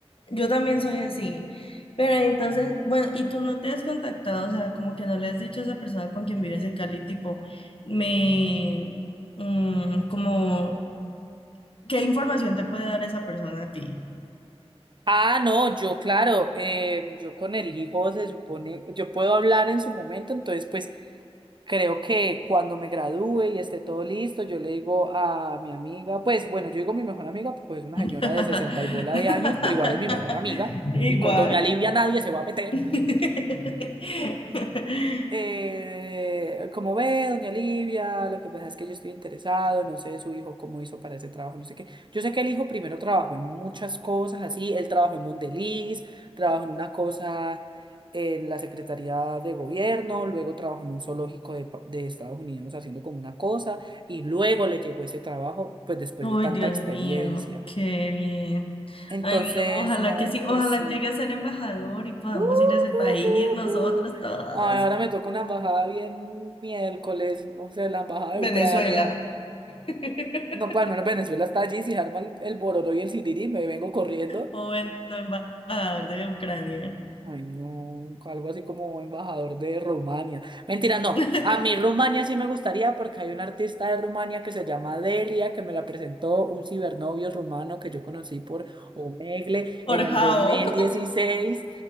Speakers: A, on the left; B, on the right.
A: Yo también soy así. Pero entonces, bueno, y tú no te has contactado, o sea, como que no le has dicho a esa persona con quien vives en Cali, tipo, me, mm, como ¿Qué información te puede dar esa persona a ti?
B: Ah, no, yo claro, em, yo con el hijo se supone, yo puedo hablar en su momento, entonces pues Creo que cuando me gradúe y esté todo listo, yo le digo a mi amiga, pues bueno, yo digo mi mejor amiga, pues es una
A: <laughs>
B: señora de 60 y bola de años, pero igual es mi mejor amiga,
A: Igual.
B: y con doña Livia nadie se va a meter
A: <laughs>
B: eh, como ve, doña Livia, lo que pasa es que yo estoy interesado, no sé su hijo cómo hizo para ese trabajo, no sé qué. Yo sé que el hijo primero trabajó en muchas cosas así, él trabajó en Mondeliz, trabajó en una cosa en la Secretaría de Gobierno, luego trabajó en un zoológico de, pa- de Estados Unidos haciendo como una cosa, y luego le llegó ese trabajo, pues después
A: Ay,
B: de tanta
A: Dios
B: experiencia.
A: mío, qué bien.
B: Entonces,
A: Ay, no, ojalá
B: no,
A: que sí, ojalá
B: pues sí.
A: llegue a ser embajador y podamos
B: Uh, uh,
A: ir a ese país,
B: uh,
A: nosotras
B: uh.
A: todas.
B: Ay, ahora me toca una embajada bien miércoles, no sé, la embajada
A: Venezuela.
B: de Ucrania.
A: <laughs>
B: No, pues al menos Venezuela está allí, si se arma el, el bororo y el sirirí, me vengo corriendo.
A: O bueno, embajador de Ucrania.
B: Ay, no, algo así como embajador de Rumania. Mentira, no.
A: <laughs>
B: A mí Rumania sí me gustaría porque hay un artista de Rumania que se llama Delia, que me la presentó un cibernovio rumano que yo conocí por Omegle
A: Por
B: en el
A: Jao.
B: dos mil dieciséis